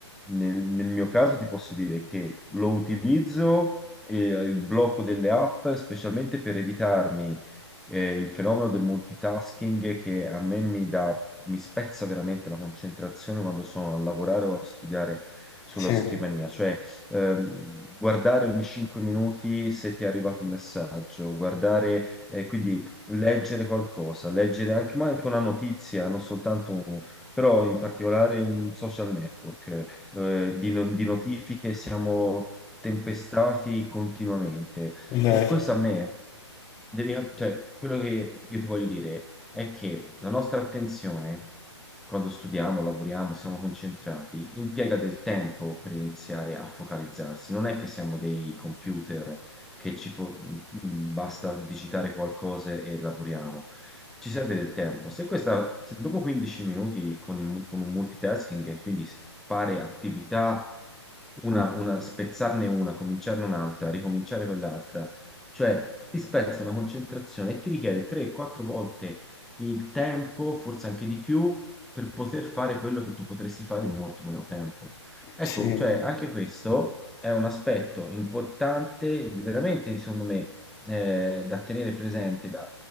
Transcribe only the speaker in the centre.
nel, nel mio caso ti posso dire che lo utilizzo eh, il blocco delle app specialmente per evitarmi eh, il fenomeno del multitasking che a me mi dà, mi spezza veramente la concentrazione quando sono a lavorare o a studiare sulla
scrivania, cioè ehm, guardare ogni 5 minuti se ti è arrivato un messaggio, guardare, eh, quindi leggere qualcosa, leggere anche, ma anche una notizia, non soltanto, però in particolare un social network, eh, di, no- di notifiche siamo tempestati continuamente.
E questo a me, devi cap- cioè, quello che io ti voglio dire è che la nostra attenzione, quando studiamo, lavoriamo, siamo concentrati, impiega del tempo per iniziare a focalizzarsi. Non è che siamo dei computer che ci fo- mm, mm, basta digitare qualcosa e lavoriamo. Ci serve del tempo. Se, questa, se dopo 15 minuti con, il- con un multitasking, quindi s- fare attività, una, una, spezzarne una, cominciarne un'altra, ricominciare quell'altra, cioè, ti spezza una concentrazione e ti richiede 3-4 volte il tempo, forse anche di più, per poter fare quello che tu potresti fare in molto meno tempo. Ecco,
cioè, anche questo è un aspetto importante, veramente, secondo me, eh, da tenere presente, da-